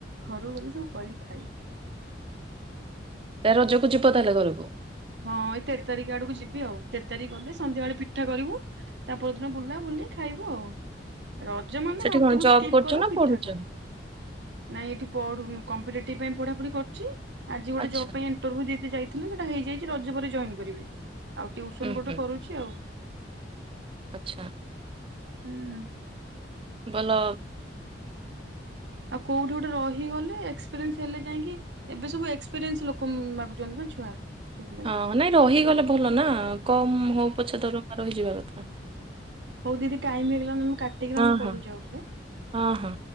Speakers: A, on the right; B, on the right.
A: ଘରୁକୁ ଗଲେ ସବୁ କରି ଖାଇବି।
B: ତ ରଜକୁ ଯିବ ତାହେଲେ ଘରକୁ।
A: ହଁ ଏଇ ତେର ତାରିଖ ଆଡକୁ ଯିବି ଆଉ। ତେର ତାରିଖ ଗଲେ ସନ୍ଧ୍ୟା ବେଳେ ପିଠା କରିବୁ। ତା ପରଦିନ ବୁଲା ବୁଲି ଖାଇବୁ ଆଉ। ରଜ ମାନେ
B: ସେଠି
A: ଭାତକୁ
B: କଣ ଜବ୍
A: ସ୍କିପ୍
B: କରୁଛ
A: କର
B: ନା
A: ପିଠା
B: ପଢୁଛ
A: ଖାଅ। ନାଇଁ ଏଇଠି କମ୍ପିଟେଟିଭ୍ ପାଇଁ ପଢାପଢି କରୁଛି। ଆଜି ଗୋଟେ
B: ଆଚ୍ଛା
A: ଜବ୍ ପାଇଁ ଇନଟରଭିୟୁ ଦେଇତେ ଯାଇଥିଲି ସେଟା ହେଇଯାଇଛି ରଜ ପରେ ଜଏନ୍ କରିବି। ଆଉ ଟ୍ୟୁସନ୍
B: ହୁଁ
A: ଗୋଟେ
B: ହୁଁ
A: କରୁଛି। <unintelligible>
B: ଆଚ୍ଛା।
A: ଉଁ।
B: ଗଲ
A: ଆଉ କୋଉଠି ଗୋଟେ ରହିଗଲେ ଏକ୍ସପେରିଏନ୍ସ ହେଲେ ଯାଇକି ଏବେ ସବୁ ଏକ୍ସପେରିଏନ୍ସ ଲୋକ ମାଗୁଛନ୍ତି ନା ଛୁଆ। ସେଥିଲାଗି
B: ହଁ ନାଇଁ ରହିଗଲେ ଭଲ ନା। କମ ହଉ ପଛେ ଦରମା ରହିଯିବା କଥା।
A: ହଉ ଦିଦି ଟାଇମ୍ ହେଇଗଲାଣି ମୁଁ କାଟିକିନି
B: ହଁ
A: କରୁଛି
B: ହଁ
A: ଆଉ ଥରେ।
B: ହଁ ହଁ